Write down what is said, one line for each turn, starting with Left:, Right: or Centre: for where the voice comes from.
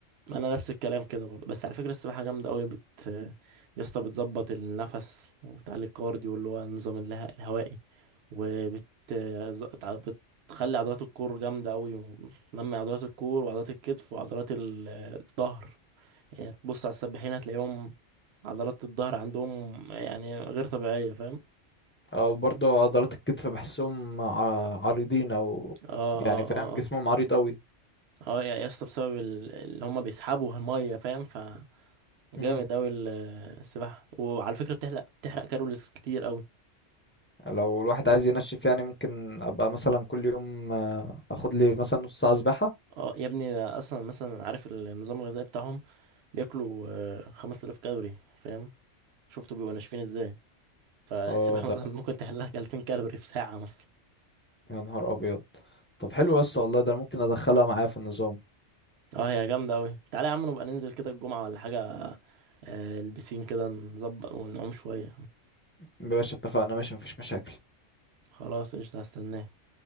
Right: انا نفس الكلام كده برضه بس على فكره السباحه جامده قوي بت يا اسطى بتظبط النفس وبتعلي الكارديو اللي هو النظام اله- الهوائي وبت ز- تع- بتخلي عضلات الكور جامده قوي وتنمي عضلات الكور وعضلات الكتف وعضلات ال- الظهر يعني تبص على السباحين هتلاقيهم عضلات الظهر عندهم يعني غير طبيعيه فاهم
Left: او برضو عضلات الكتف بحسهم ع- عريضين او
Right: اه
Left: يعني
Right: اه
Left: فاهم
Right: اه آه.
Left: جسمهم عريض قوي
Right: اه يا يا اسطى بسبب ال- اللي هم بيسحبوا الميه فاهم فجامد
Left: امم
Right: اوي ال- السباحه وعلى فكره بتحرق بتحرق كالوريز كتير اوي
Left: لو الواحد عايز ينشف يعني ممكن ابقى مثلا كل يوم آه، اخد لي مثلا نص ساعه سباحه
Right: اه يا ابني ده اصلا مثلا عارف النظام الغذائي بتاعهم بياكلوا آه، 5000 كالوري فاهم شفتوا بيبقوا ناشفين ازاي فالسباحه
Left: اه ده
Right: <laughs> مثلا ممكن تحرق لك 2000 كالوري في ساعه مثلا
Left: يا نهار ابيض طب حلو يا اسطى والله ده أنا ممكن ادخلها معايا في النظام
Right: اه هي جامده اوي تعالى يا عم نبقى ننزل كده الجمعه ولا حاجه آه، البسين كده نظبط ونعوم شويه
Left: يا باشا اتفقنا ماشي مفيش مشاكل
Right: خلاص قشطه هستناه